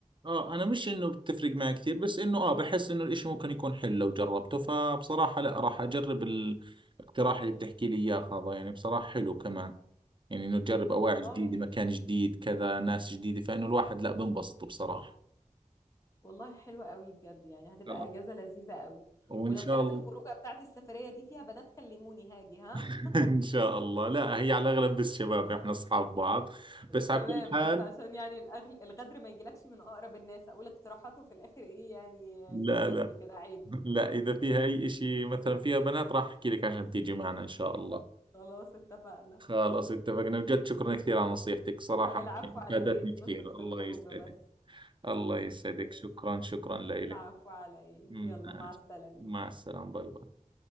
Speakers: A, on the right (about 35°); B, on the left (about 20°).
A: آه أنا مش إنه بتفرق معي كثير بس إنه آه بحس إنه الإشي ممكن يكون حلو لو جربته فبصراحة لا راح أجرب الاقتراح اللي بتحكي لي إياه هذا يعني بصراحة حلو كمان يعني إنه تجرب أواعي
B: والله
A: جديدة مكان جديد كذا ناس جديدة فإنه الواحد لا بنبسط بصراحة
B: والله حلوة قوي بجد يعني هتبقى
A: خلص
B: إجازة لذيذة قوي
A: وإن
B: ولو
A: شاء
B: كانت
A: الله
B: الخروجة بتاعت السفرية دي فيها بنات كلموني هاجي ها
A: <laughs> إن شاء الله لا هي على الأغلب بس شباب إحنا أصحاب بعض بس
B: تمام
A: على كل حال
B: بس عشان يعني الأغل... الغدر ما يجيلكش من أقرب الناس أقول اقتراحاته في الآخر إيه يعني
A: لا
B: يتفكس
A: لا
B: لي كده عيب
A: لا إذا فيها أي إشي مثلا فيها بنات راح أحكي لك عشان تيجي معنا إن شاء الله
B: خلاص اتفقنا
A: خلاص اتفقنا بجد شكرا كثير على نصيحتك صراحة
B: لا العفو على
A: فادتني
B: إيه اتبسط
A: كثير
B: في
A: الله
B: الخروجة
A: يسعدك
B: بس
A: الله يسعدك
B: ماشي
A: شكرا شكرا لك
B: العفو على إيه
A: مع
B: يلا مع السلامة
A: مع السلامة باي باي